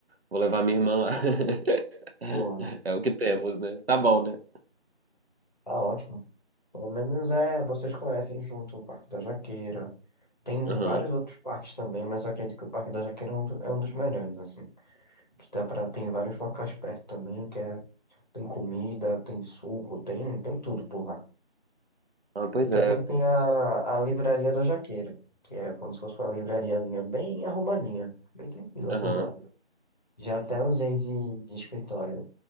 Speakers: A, on the right (about 60°); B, on the left (about 40°).
A: vou levar minha irmã lá. <laughs>
B: boa.
A: É o que temos, né? Tá bom, né?
B: Tá ótimo. Pelo menos é, vocês conhecem junto o Parque da Jaqueira. Tem
A: Aham.
B: vários outros parques também, mas eu acredito que o Parque da Jaqueira é um, do- é um dos melhores, assim. Que dá pra, tem vários locais perto também, que é, tem comida, tem suco, tem, tem tudo por lá.
A: Ah, pois
B: E também
A: é.
B: tem a, a Livraria da Jaqueira, que é como se fosse uma livrariazinha bem arrumadinha, bem tranquila
A: Aham.
B: por lá. Já até usei de, de escritório